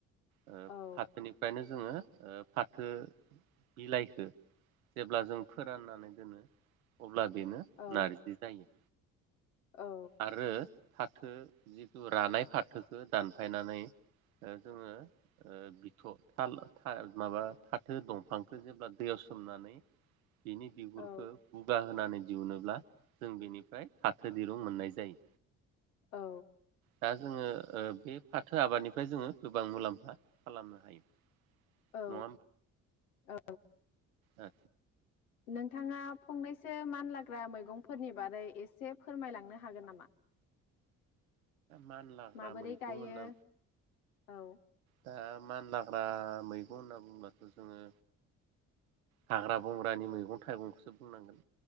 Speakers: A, on the right (about 80°); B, on the left (about 80°).
A: ओ
B: औ
A: फाथोनिफ्रायनो जोङो ओ फाथो बिलाइखो जेब्ला जों फोराननानै दोनो अ अब्ला बेनो
B: औ
A: नारजि जायो
B: औ
A: आरो फाथो जिथु रानाय फाथोखौ दानफायनानै ओ जोङो ओ बिथ' थाल था माबा थाथो दंफांखौ जेब्ला दैयाव सोमनानै बिनि बिगुरखौ
B: औ
A: गुगा होनानै दिहुनोब्ला जों बेनिफ्राय फाथो दिरुं मोननाय जायो
B: औ
A: दा जोङो ओ बे फाथो आबादनिफ्राय जोङो गोबां मुलाम फा खालामनो हायो
B: औ
A: नङा
B: औ
A: आ
B: नोंथाङा फंनैसो मान लाग ग्रा मैगंफोरनि बारै एसे फोरमायलांनो हागोन नामा?
A: मानलाग्रा
B: माबोरै
A: मैगं
B: गायो
A: होनना
B: औ
A: दा मानलाग्रा मैगं होनना बुंबाथ' जोङो हाग्रा बंग्रानि मैगं थाइगंखौसो बुंनांगोन